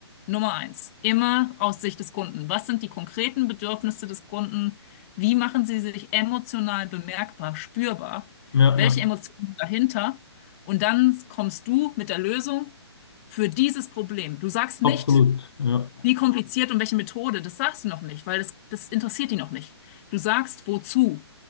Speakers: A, on the left; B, on the left.
A: Nummer eins, immer aus Sicht des Kunden. Was sind die konkreten Bedürfnisse des Kunden? Wie machen sie sich emotional bemerkbar, spürbar?
B: ja,
A: Welche
B: ja,
A: Emotionen sind dahinter? Und dann kommst du mit der Lösung für dieses Problem. Du sagst nicht,
B: absolut. Ja,
A: wie kompliziert und welche Methode, das sagst du noch nicht, weil das, das interessiert die noch nicht. Du sagst, wozu.